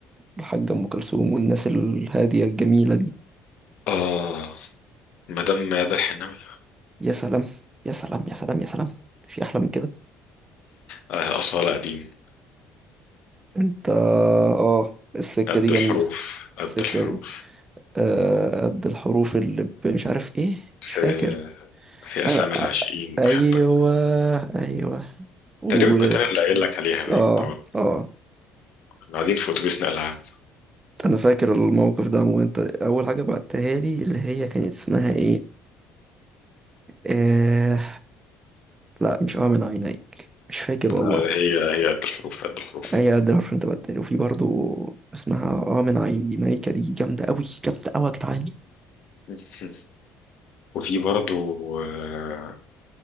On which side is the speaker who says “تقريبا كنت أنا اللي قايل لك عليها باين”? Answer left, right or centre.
Left